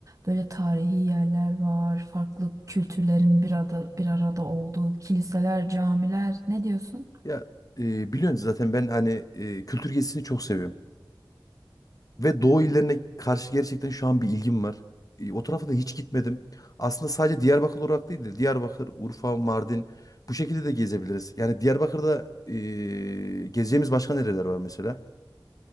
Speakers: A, on the right; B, on the left.
A: Böyle tarihi yerler var. Farklı kültürlerin bir arada, bir arada olduğu kiliseler, camiler. Ne diyorsun?
B: Ya e, biliyorsun zaten ben hani e, kültür gezisini çok seviyorum. Ve Doğu illerine karşı gerçekten şu an bir ilgim var. E, o tarafa da hiç gitmedim. Aslında sadece Diyarbakır olarak değil de Diyarbakır, Urfa, Mardin bu şekilde de gezebiliriz. Yani Diyarbakır'da e, gezeceğimiz başka nereler var mesela?